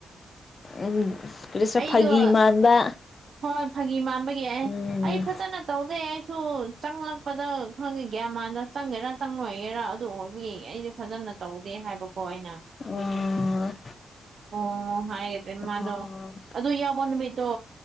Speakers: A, on the left; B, on the right.
A: ꯎꯝ ꯑꯗꯨꯁꯨ
B: ꯑꯩꯗꯣ
A: ꯐꯥꯒꯤ ꯃꯥꯟꯕ
B: ꯍꯣꯏ ꯐꯥꯒꯤ ꯃꯥꯟꯕꯒꯤ ꯑꯩ
A: ꯎꯝ
B: ꯑꯩ ꯐꯖꯅ ꯇꯧꯗꯩ ꯑꯩꯁꯨ ꯆꯪꯂꯛꯄꯗ ꯈꯪꯗꯦ ꯒ꯭ꯌꯥ ꯃꯥꯟꯗ ꯆꯪꯒꯦꯔꯥ ꯆꯪꯪꯂꯣꯏꯒꯦꯔꯥ ꯑꯗꯨ ꯑꯣꯏꯕꯒꯤ ꯑꯩꯁꯨ ꯐꯖꯅ ꯇꯧꯗꯦ ꯍꯥꯏꯕꯀꯣ ꯑꯩꯅ ꯑꯗꯨꯒꯤ
A: ꯑꯣ
B: ꯃꯥ ꯑꯣ ꯍꯥꯏꯑꯦ ꯃꯥꯗꯣ
A: ꯑꯣ
B: ꯑꯗꯨ ꯌꯥꯎꯕꯣ ꯅꯨꯃꯤꯠꯇꯣ